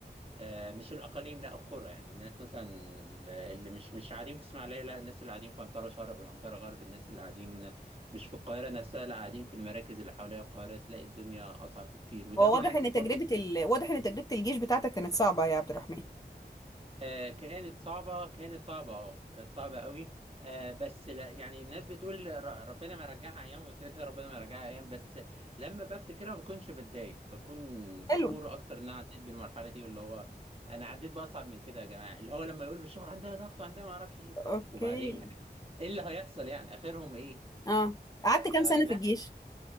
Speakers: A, on the right; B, on the left.
A: آه، مش الاقاليم لا القرى يعني الناس مثلا ال- اللي مش مش قاعدين في اسماعيليه لا الناس اللي قاعدين في عنترة شرق والعنترة غرب الناس اللي قاعدين مش في القاهره نفسها لا قاعدين في المراكز اللي حواليها القاهره تلاقي الدنيا اصعب بكتير وده
B: هو
A: بينعكس
B: واضح ان
A: برضو
B: تجربة ال... واضح ان تجربة الجيش بتاعتك كانت صعبة يا عبد الرحمن
A: آه كانت صعبة كانت صعبة اه كانت صعبة قوي آه بس لا يعني الناس بتقول ر- ربنا ما يرجعها ايام وكده كده ربنا ما يرجعها ايام بس لما بفتكرها ما بكونش بتضايق بكون فخور
B: حلو
A: اكتر ان انا عديت بالمرحلة دي واللي هو انا عديت باصعب من كده يا جماعة اللي هو لما يقول في الشغل عندها ضغط وعندها ما اعرفش ايه طب
B: اوكي
A: وبعدين يعني ايه اللي هيحصل يعني اخرهم ايه
B: اه قعدت
A: فلا
B: كام سنة في الجيش